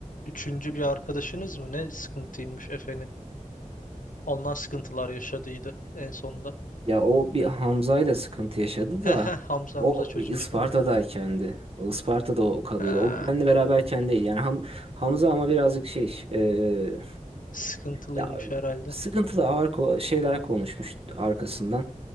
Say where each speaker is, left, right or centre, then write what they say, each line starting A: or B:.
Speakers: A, on the left (about 80°); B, on the right (about 45°).
A: üçüncü bir arkadaşınız mı ne sıkıntıymış Efe'nin. Ondan sıkıntılar yaşadıydı en sonunda.
B: Ya o bir Hamza'yla sıkıntı yaşadı
A: <laughs> He
B: da
A: he Hamza
B: o
A: Hamza çocuğun
B: Isparta'daykendi.
A: ismi Hamza.
B: O Isparta'da o kalıyordu.
A: Ha,
B: O benle beraberken değil. Yani Ham- Hamza ama birazcık şey eee
A: sıkıntılıymış
B: Ya
A: herhalde.
B: sıkıntılı ağır ko- şeyler konuşmuş arkasından.